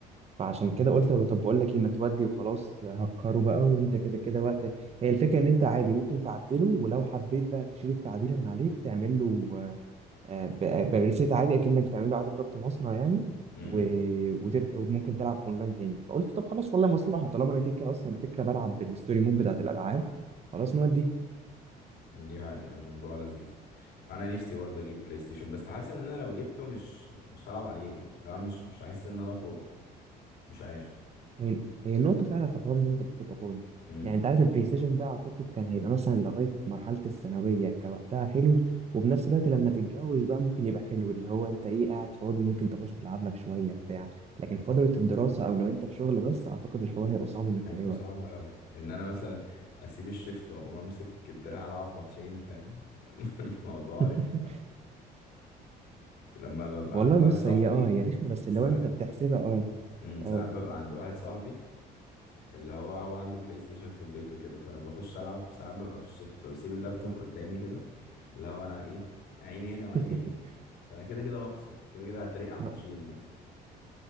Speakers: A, on the right; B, on the left.
A: فعشان كده قلت طب بقول لك ايه ما تودي وخلاص هكره بقى وانت كده كده وقت هي الفكره ان انت عادي ممكن تعدله ولو حبيت بقى تشيل التعديل من عليه بتعمل له آه، ب- بريسيت عادي اكنك بتعمل له اعاده ضبط مصنع يعني
B: قوي
A: و... وتبدا وممكن تلعب اونلاين تاني فقلت طب خلاص والله مصلحه طالما انا كده كده اصلا الفكره بلعب بالستوري مود بتاعت الالعاب خلاص نوديها
B: دي حقيقة الموضوع لذيذ انا نفسي برضه اجيب بلاي ستيشن بس حاسس ان انا لو جبته مش مش هلعب عليه برضه لا مش مش هحس ان انا فاضي مش عارف
A: هي هي النقطة فعلا في حوار إن أنت بتبقى فاضي
B: امم
A: يعني أنت عارف البلاي ستيشن ده أعتقد كان هيبقى مثلا لغاية مرحلة الثانوية كوقتها حلو وفي نفس الوقت لما تتجوز بقى ممكن يبقى حلو اللي هو أنت إيه قاعد فاضي ممكن تخش تلعب لك شوية بتاع لكن فترة الدراسة أو لو أنت في شغل بس أعتقد الحوار هيبقى صعب إنك
B: هيبقى
A: تلاقي وقت
B: صعب قوي ان انا مثلا اسيب الشيفت واقوم امسك الدراع العب ماتشين فاهم <laughs> الموضوع
A: <laughs>
B: رخم قوي لما ببقى
A: والله
B: عند واحد
A: بص
B: صاحبي
A: هي أه هي رخمة بس
B: ساعات
A: لو أنت بتحسبها أه
B: امم ساعات
A: أه
B: ببقى عند واحد صاحبي اللي هو هو عنده بلاي ستيشن في البيت وكده فانا بخش العب ساعات ببقى في الشفت فبسيب اللابتوب
A: أه
B: قدامي كده اللي هو انا ايه عيني هنا وعيني
A: <laughs>
B: هنا فانا كده كده هخسر كده كده هترقع ماتشين
A: ما-
B: مثلا